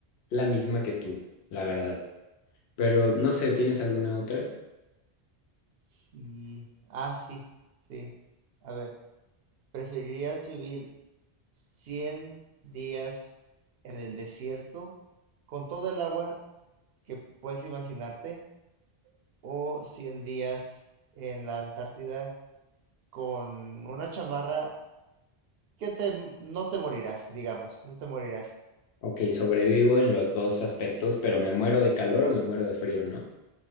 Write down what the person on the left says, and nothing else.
la misma que tú, la verdad. Pero no sé, ¿tienes alguna otra?
Ok, sobrevivo en los dos aspectos, pero me muero de calor o me muero de frío, ¿no?